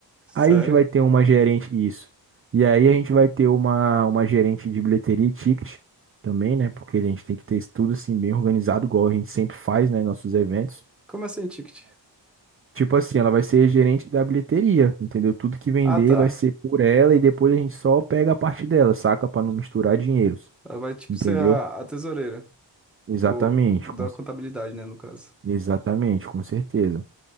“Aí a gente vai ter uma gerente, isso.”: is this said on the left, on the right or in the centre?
Right